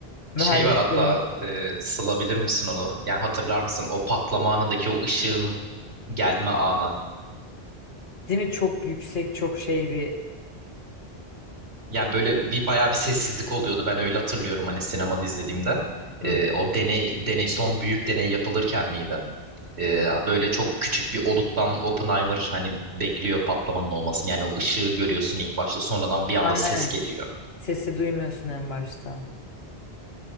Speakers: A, on the left; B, on the right.
A: mühendislerin
B: şey var hatta e, sılabilir misin onu? Yani hatırlar mısın? O patlama anındaki o ışığın gelme anı.
A: değil mi çok yüksek çok şey bir
B: Yani böyle bir bayağı bir sessizlik oluyordu. Ben öyle hatırlıyorum hani sinemada izlediğimde. Ee,
A: Hı.
B: o deney deney son büyük deney yapılırken miydi? Ee, böyle çok küçük bir oluktan Oppenheimer hani bekliyor patlamanın olmasını. Yani o ışığı görüyorsun ilk başta. Sonradan bir anda
A: Aynen.
B: ses geliyor.
A: Sesi duymuyorsun en başta.